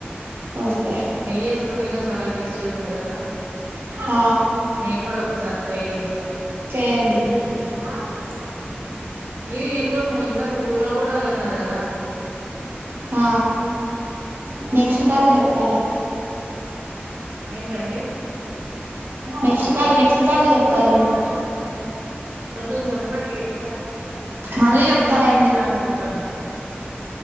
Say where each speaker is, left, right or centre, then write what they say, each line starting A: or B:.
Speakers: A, on the right (about 65°); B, on the right (about 80°).
A: ఓకే
B: నెయ్యి ఎసుకుంటే ఇంకా చాలా టేస్టీ ఉంటది కదా
A: ఆ
B: నేను కూడా ఒకసారి ట్రై చేస్తా
A: చేయండి తిన్నయ్యలకు
B: ఇది ఏంటో ఏమోమ్మ ఇందాక పూర్ణ కుడాలు అన్నారుకదా
A: ఆ నెక్స్ట్ కాల్ లో చెప్తాలే
B: ఏంటండీ
A: నెక్స్ట్ కాల్ నెక్స్ట్ కాల్ లో చెప్తాలేండి
B: కొంచెం చెప్పండి ఎందుకంటే
A: మళ్ళీ
B: నేను
A: చెప్తాలే అండి
B: ఇప్పుడే అనుకుంటాను